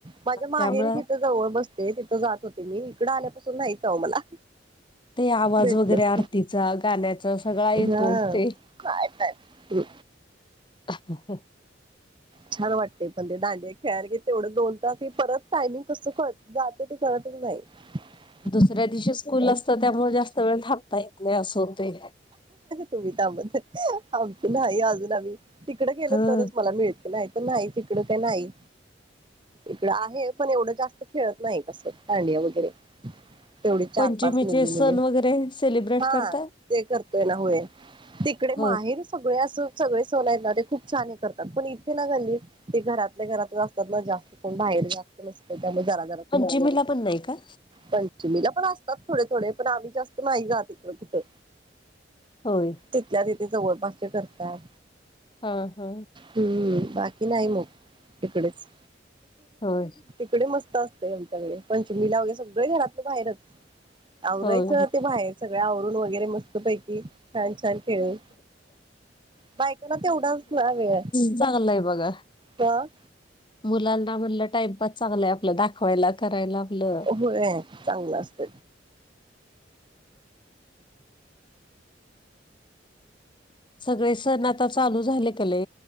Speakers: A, on the right (about 25°); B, on the left (about 25°).
A: माझ्या माहेरी
B: त्यामुळं
A: तिथ जवळ बसते तिथं जात होते ते मी इकडं आल्यापासून नाहीच मला
B: ते आवाज
A: भेटलंच
B: वगैरे आरतीचा गाण्याचा सगळा
A: नाही
B: येतो
A: हा
B: ते
A: काय काय
B: ह
A: छान वाटते पण ते दांड खेळायला घेत तेवढं दोन तास हे परत टायमिंग कसं करत जातं ते करतच नाही ह
B: दुसऱ्या दिवशी स्कूल असतं त्यामुळे जास्त वेळ थाबता येत नाही असं होतय
A: तुम्ही त्यामध्ये आमच नाही अजून आम्ही तिकडे गेलो
B: ह
A: तरच मला मिळत नाही तर नाही तिकडं ते नाही इकड आहे पण एवढं जास्त खेळत नाही कसं कांडिया वगैरे तेवढी चार
B: पंचमीचे
A: पाच मुली
B: सण
A: मुली
B: वगैरे सेलिब्रेट
A: हा
B: करताय?
A: ते करतोय ना होय तिकडे
B: होय
A: माहेर सगळे असं सगळे सवन आहेत ते खूप छान हे करतात पण घली ते घरातल्या घरातच असतात ना जास्त कोण बाहेर जास्त नसत त्यामुळे जरा
B: पंचिमेला पण नाही का
A: पंचमीला पण असतात थोडे थोडे पण आम्ही जास्त नाही जात इकड कुठं
B: होय
A: तिथल्या तिथे जवळपासचे करतात
B: हा हा
A: हम्म बाकी नाही मग तिकडेच
B: होय
A: तिकडे मस्त असत आमच्याकडे पंचमीलागैर सगळं घरातलं बाहेरच आवरायचं
B: होय.
A: ते बाहेर सगळं आवरून वगैरे मस्त पैकी छान छान खेळून बायकांला तेवढाच ना वेळ
B: चांगललंय बघा
A: का
B: मुलांना म्हटलं टाइमपास चांगलाय आपलं दाख खायला करायला आपलं
A: होय चांगलं असत
B: सगळे सण आता चालू झाले कले